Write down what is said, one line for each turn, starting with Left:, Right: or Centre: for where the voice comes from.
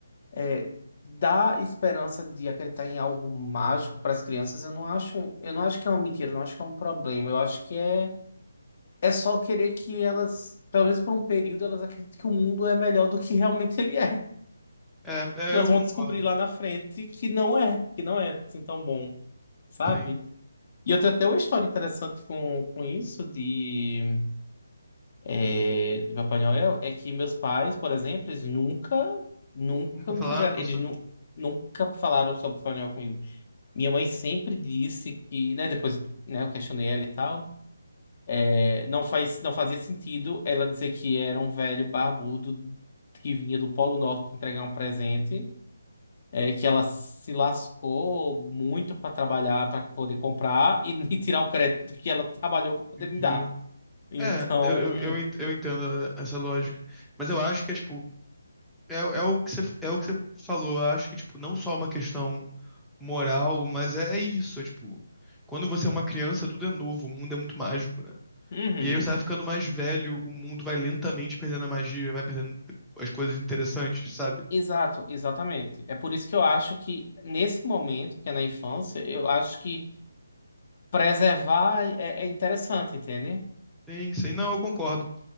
Left: É, dá esperança de acreditar em algo mágico para as crianças, eu não acho, eu não acho que é uma mentira, eu não acho que é um problema. Eu acho que é, é só querer que elas, pelo menos por um período, elas acreditem que o mundo é melhor do que realmente ele é.
Centre: É,
Left: que elas
Centre: é, eu
Left: vão
Centre: concordo.
Left: descobrir lá na frente que não é, que não é assim tão bom, sabe?
Centre: Sim.
Left: E eu tenho até uma história interessante com, com isso de, é, de Papai Noel, é que meus pais, por exemplo, eles nunca, nunca
Centre: Nunca falaram
Left: me fizeram,
Centre: pra
Left: eles
Centre: você?
Left: nu, nunca falaram sobre Papai Noel comigo. Minha mãe sempre disse que, né, depois, né, eu questionei ela e tal, é, não faz, não fazia sentido ela dizer que era um velho barbudo que vinha do Polo Norte entregar um presente, é, que ela se lascou muito para trabalhar, para poder comprar e, <laughs> e tirar o crédito que ela trabalhou para poder
Centre: Entendi.
Left: me dar. Então,
Centre: É, eu, eu, eu ent- eu entendo eh, essa lógica. Mas eu acho que é, tipo, É, é o que você, é o que você falou. Eu acho que, tipo, não só uma questão moral, mas é, é isso. É, tipo, quando você é uma criança, tudo é novo, o mundo é muito mágico, né?
Left: uhum,
Centre: E aí você vai ficando mais velho, o mundo vai lentamente perdendo a magia, vai perdendo tipo, as coisas interessantes, sabe?
Left: exato, exatamente. É por isso que eu acho que nesse momento, que é na infância, eu acho que preservar é, é interessante, entende?
Centre: Sim, sim. Não, eu concordo.